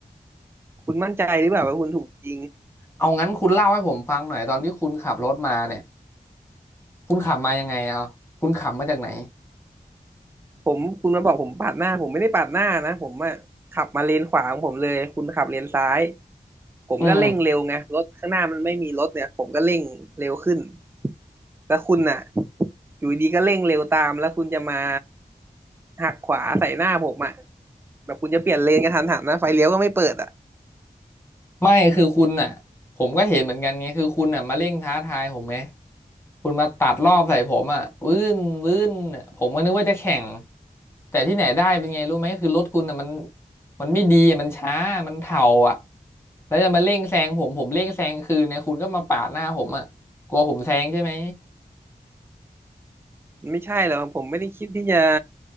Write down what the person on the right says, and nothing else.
คุณมั่นใจหรือเปล่าว่าคุณถูกจริง
ผมคุณมาบอกผมปาดหน้าผมไม่ได้ปาดหน้านะผมอะขับมาเลนขวาของผมเลยคุณขับเลนซ้ายผมก็เร่งเร็วไงรถข้างหน้ามันไม่มีรถเนี่ยผมก็เร่งเร็วขึ้น
แต่คุณน่ะอยู่ดีก็เร่งเร็วตามแล้วคุณจะมาหักขวาใส่หน้าผมอะแบบคุณจะเปลี่ยนเลนกระทันหันนะไฟเลี้ยวก็ไม่เปิดอะ
มันไม่ใช่หรอกผมไม่ได้คิดที่จะ